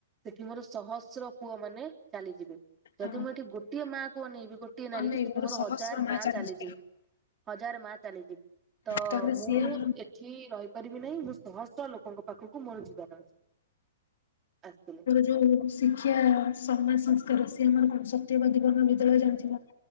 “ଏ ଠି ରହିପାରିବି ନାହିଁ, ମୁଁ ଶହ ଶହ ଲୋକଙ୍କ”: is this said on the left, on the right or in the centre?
Right